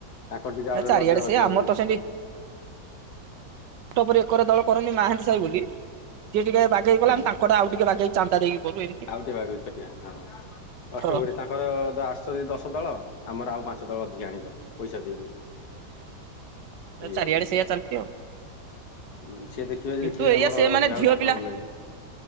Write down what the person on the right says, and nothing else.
ନା
ଚାରିଆଡେ
ସେ
ଆମର
ତ ସେମତି ଅକ୍ଟୋବରେ ଏକରେ ଦଳ କରନ୍ତିି ମହାନ୍ତି ସାହି ବୋଲି ସିଏ ଟିକେ ବାକି ଗ ଗଲା
ତାଙ୍କଟ ଆଉ ଟିକେ ବାଗେଇ ଚାନ୍ଦା ଦେଇକି କରୁ ଏମିତି
ହଁ।
ଆ
ଚାରିଆଡେ
ସେଇଆ ଚାଲୁଚି ଆଉ।
କିନ୍ତୁ
ଏଇଆ
ସେ ମାନେ
ଝିଅ
ପିଲା